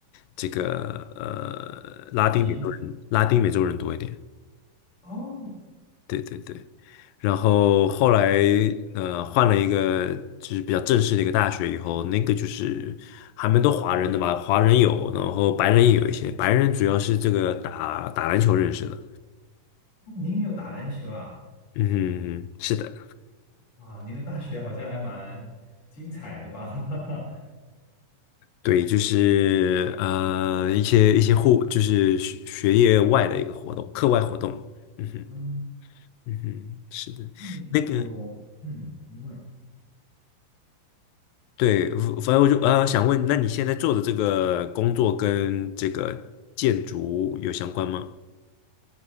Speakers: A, on the left; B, on the left.
A: 这个呃拉丁美洲人，
B: 国际都市
A: 拉丁美洲人多一点，
B: 哦，
A: 对对对。然后后来呃换了一个就是比较正式的一个大学以后，那个就是还蛮多华人的吧，华人有，然后白人也有一些，白人主要是这个打打篮球认识的，
B: 哦您也有打篮球啊？
A: 嗯，是的。
B: 哇，您的大学好像还蛮精彩的吧？<laughs>
A: 对，就是呃一些一些户，就是学学业外的一个活动，课外活动。嗯哼，
B: 嗯，
A: 嗯哼，是的，
B: 那你有，
A: 那个
B: 嗯，因为
A: 对，反正我就呃想问，那你现在做的这个工作跟这个建筑有相关吗？